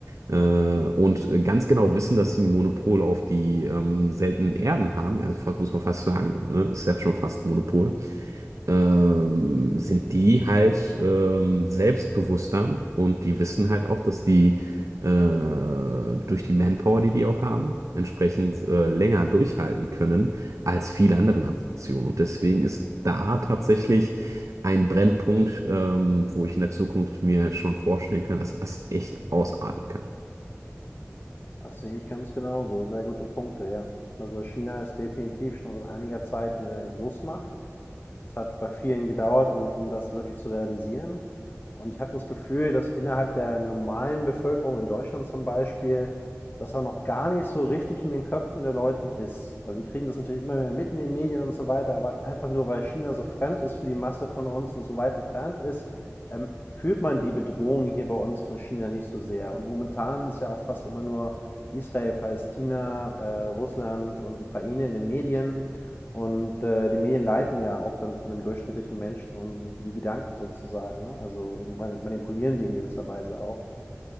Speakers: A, on the right; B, on the left.
A: äh, und ganz genau wissen, dass sie ein Monopol auf die ähm, seltenen Erden haben. Ja, das muss man fast sagen, ne? Ist ja schon fast ein Monopol ähm, sind die halt ähm, selbstbewusster und die wissen halt auch, dass die äh, durch die Manpower, die die auch haben, entsprechend äh, länger durchhalten können als viele andere Nationen. Und deswegen ist da tatsächlich ein Brennpunkt, ähm, wo ich in der Zukunft mir schon vorstellen kann, dass das echt ausarten
B: Das sehe ich ganz genauso. Sehr gute Punkte, ja. Also China ist definitiv schon seit einiger Zeit eine Großmacht. Es hat bei vielen gedauert, um, um das wirklich zu realisieren. Und ich habe das Gefühl, dass innerhalb der normalen Bevölkerung in Deutschland zum Beispiel, dass da noch gar nicht so richtig in den Köpfen der Leuten ist. Also sie kriegen das natürlich immer mehr mit in den Medien und so weiter, aber einfach nur weil China so fremd ist für die Masse von uns und so weit entfernt ist, ähm, fühlt man die Bedrohung hier bei uns von China nicht so sehr. Und momentan ist ja auch fast immer nur Israel, Palästina, äh, Russland und Ukraine in den Medien. Und äh, die Medien leiten ja auch dann von dem durchschnittlichen Menschen und die Gedanken sozusagen, ne? Also und man- manipulieren die in gewisser Weise auch.